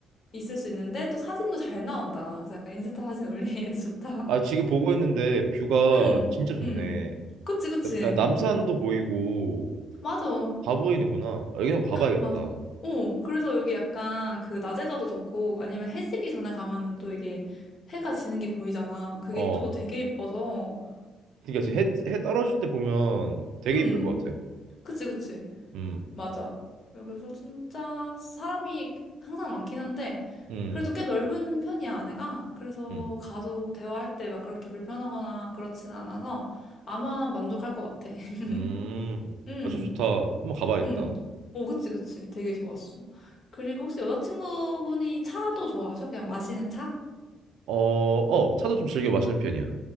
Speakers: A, on the left; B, on the right.
A: 있을 수 있는데 또 사진도 잘 나온다. 그래서 약간 인스타 사진 <laughs> 올리기에도 좋다.
B: 아, 지금 보고 있는데 뷰가
A: 응,
B: 진짜 좋네.
A: 응. 그치, 그치.
B: 약간 남산도 보이고
A: 맞아.
B: 다 보이는구나. 여기 한번 가봐야겠다.
A: 맞아. 어, 그래서 여기 약간 그 낮에 가도 좋고 아니면 해 지기 전에 가면은 또 이게 해가 지는 게 보이잖아. 그게
B: 어.
A: 또 되게 예뻐서.
B: 그러니까
A: 응,
B: 지금 해, 해 떨어질 때 보면 되게
A: 응.
B: 이쁠 것 같아.
A: 그치, 그치.
B: 음,
A: 맞아. 그래서 진짜 사람이 항상 많긴 한데,
B: 음,
A: 그래도 꽤 넓은 편이야, 아내가. 그래서
B: 음,
A: 가서 대화할 때 막 그렇게 불편하거나 그렇진 않아서 아마 만족할 것 같아. <laughs>
B: 음.
A: 음,
B: 아, 저 좋다. 한번 가봐야겠다.
A: 음. 오, 그치, 그치. 되게 좋았어. 그리고 혹시 여자친구분이 차도 좋아하셔? 그냥 마시는 차?
B: 어, 어, 차도 좀 즐겨 마시는 편이야.